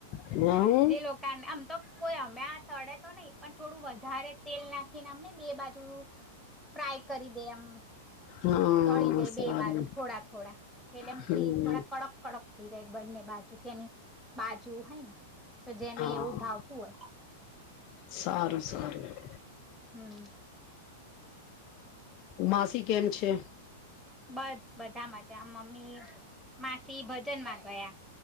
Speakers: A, on the left; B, in the centre.
A: હું
B: જે લોકોને આમ તો કોઈ અમે આ તળે તો નઈ પણ થોડું વધારે તેલ નાખીને આમ નઈ બે બાજુ ફ્રાય કરી દે એમ
A: હા
B: તળી દે
A: સારું
B: બે બાજુ થોડા થોડા એટલે એમ
A: હમ
B: થોડા કડક કડપ થઈ જાય બંને બાજુ ત્યાંની બાજુ હોય ને તો જેને
A: હા
B: એવું ભાવતું હોય
A: સારું સારું
B: હમ
A: માસી કે એમ છે
B: બસ બધા મજા મમ્મી માસી ભજન માં ગયા